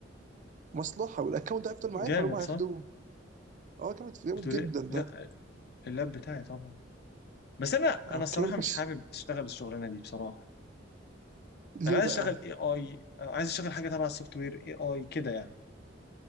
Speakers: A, on the right (about 40°); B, on the left (about 55°).
A: مصلحه والاكونت ده هيفضل معاك
B: جامد
A: ولا هم هياخدوه
B: صح؟
A: اه جامد جامد
B: بتقول
A: جدا
B: ايه؟ لا
A: ده
B: اللاب بتاعي طبعا بس انا
A: اوكي
B: انا الصراحه
A: بس
B: مش حابب اشتغل الشغلانه دي بصراحه
A: ليه
B: انا عايز
A: بقى
B: اشتغل اي اي عايز اشتغل حاجه تبع السوفت وير اي اي كده يعني